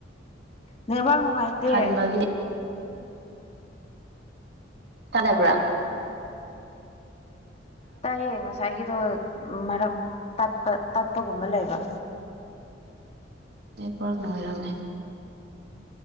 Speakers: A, on the left; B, on the right.
A: ꯅꯦꯠꯋꯥꯔꯛ ꯅꯨꯡꯉꯥꯏꯇꯦ
B: ꯍꯟꯕꯒꯤ ꯇꯗꯕ꯭ꯔꯥ
A: ꯇꯥꯏꯌꯦ ꯉꯁꯥꯏꯒꯤꯗꯣ ꯃꯔꯛ ꯇꯠꯄ ꯇꯠꯄꯒꯨꯝꯕ ꯂꯩꯕ
B: ꯅꯦꯠꯋꯥꯔꯛꯅ ꯑꯣꯏꯔꯝꯃꯦ